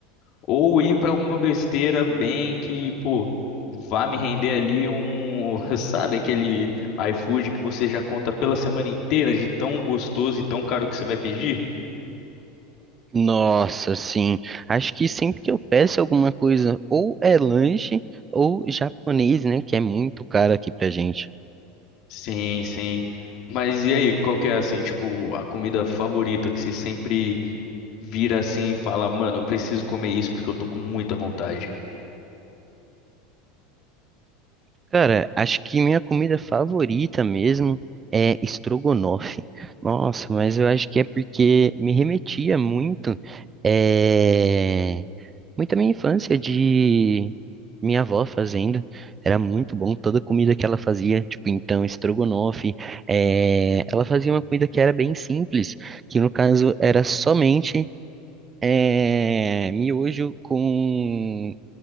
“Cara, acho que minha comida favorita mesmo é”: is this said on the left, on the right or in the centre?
Right